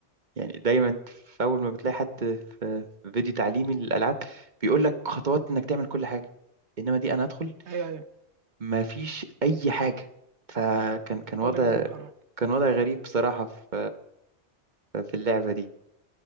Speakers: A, on the right; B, on the right.
A: يعني دايما في اول ما بتلاقي حد في في فيديو تعليمي للالعاب بيقول لك خطوات انك تعمل كل حاجه انما دي انا ادخل
B: ايوه ايوه
A: ما فيش اي حاجه فكان كان وضع
B: تقول لك ازاي اتحرك
A: كان وضع غريب بصراحه في في اللعبه دي